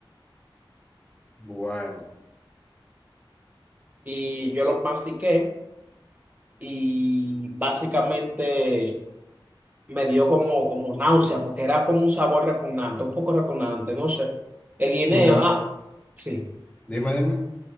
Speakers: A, on the left (about 15°); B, on the right (about 20°).
A: Bueno,
B: Y yo lo mastiqué. y básicamente me dio como, como náusea porque era como un sabor repugnante, un poco repugnante, no sé. El guineo,
A: cuidado.
B: ah, sí,
A: Dime, dime.